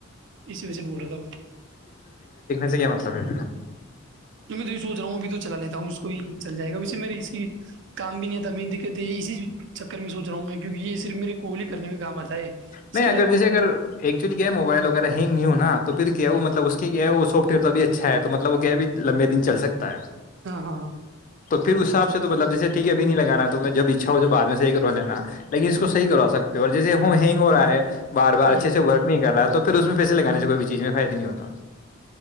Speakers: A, on the right (about 60°); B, on the left (about 40°).
A: اس و ب رہا تھا
B: مت با
A: تو میں تو یہ سوچ رہا ہوں ابھی تو چلا لیتا ہوں اس کو چل جائے گا اس سے مے اس کی کام بھی نہیںتا میری دقت ہے یہ اسی چکر میں سو رہا ہوں میں کیک یہ صرف میرے کوال ہی کرنے میں کام آتا ہے اس
B: نہیں
A: کے
B: اگر
A: علاوہ
B: جیسے
A: نم
B: اگر ایکچولی کیا ہے موبائل وغیرہ ہینگ نہیں ہوناا تو پھر کیا ہے وہ مطلب اس کی کیا ہے وہ سوپ پھر توبھی اچھا ہے تو مطلب وہ کیا ہے بھی لمبے دنلکتا ہے
A: ہاں ہاںاں
B: ھر اسساب سے مطلب جیے ٹھیک ابھی نہیں لگانا تو میں جب اچھا ہو تو بع میں صح کرو لینا لیکن اس کو صح کرو سکتے ہو اور جیے ہم ہ ہنگ ہو رہا ہے بار بار
A: ہوں۔
B: اچھے سے ورک نہیں کر رہا ہے تو پھر اس میں پیے لگانے سے کوئی بھی چیز میں فائد نہیں ہوتا